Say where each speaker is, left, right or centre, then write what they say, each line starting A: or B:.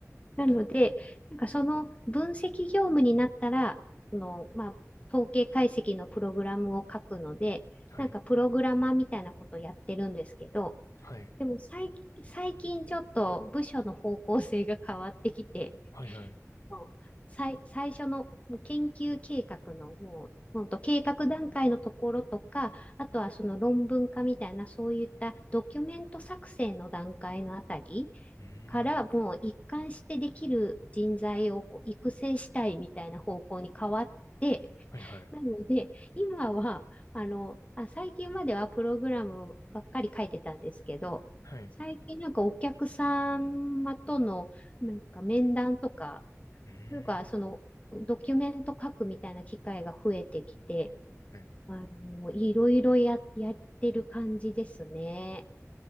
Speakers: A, on the left; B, on the left.
A: なので、なんかその分析業務になったら、あの、まあ、統計解析のプログラムを書くので、
B: はい、
A: なんかプログラマーみたいなことをやってるんですけど、
B: はい、
A: でも最近、最近ちょっと部署の方向性が変わってきて、
B: はい、はい。う
A: もう最、最初のもう研究計画のもう、ほんと計画段階のところとか、あとはその論文化みたいな、そういったドキュメント作成の段階のあたり、
B: ーん、
A: からもう一貫してできる人材をこう育成したいみたいな方向に変わって、
B: はい、はい、
A: なので今はあのあ最近まではプログラムばっかり書いてたんですけど、
B: はい。
A: 最近なんかお客様とのなんか面談とか、
B: うーん、
A: なんかそのドキュメント書くみたいな機会が増えてきて、
B: はい。
A: あのいろいろや、やってる感じですね。